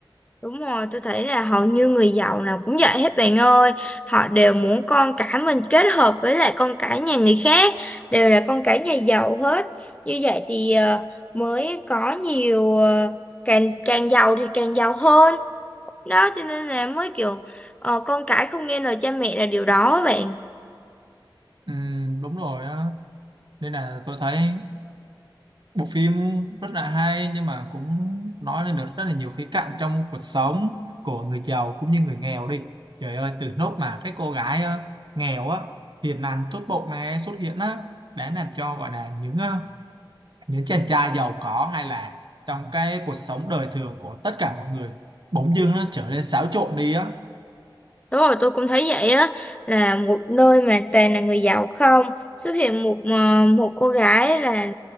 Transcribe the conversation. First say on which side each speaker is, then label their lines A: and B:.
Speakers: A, on the left; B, on the right.
A: Đúng rồi, tôi thấy là hầu như người giàu nào cũng vậy hết bạn ơi. Họ đều muốn con cái mình kết hợp với lại con cái nhà người khác, đều là con cái nhà giàu hết. Như vậy thì ờ, mới có nhiều ờ, càng càng giàu thì càng giàu hơn. Đó cho nên là mới kiểu ờ, con cái không nghe lời cha mẹ là điều đó á bạn.
B: Ừ, đúng rồi á nên là tôi thấy bộ phim rất là hay nhưng mà cũng nói lên được rất là nhiều khía cạnh trong cuộc sống của người giàu cũng như người nghèo đi trời ơi từ nốt mà cái cô gái ờ, nghèo á hiền lành tốt bụng này xuất hiện á đã làm cho gọi là những ờ, những chàng trai giàu có hay là trong cái cuộc sống đời thường của tất cả mọi người bỗng dưng nó trở nên xáo trộn đi á
A: Đúng rồi, tôi cũng thấy vậy á, là một nơi mà toàn là người giàu không, xuất hiện một ờ, một cô gái là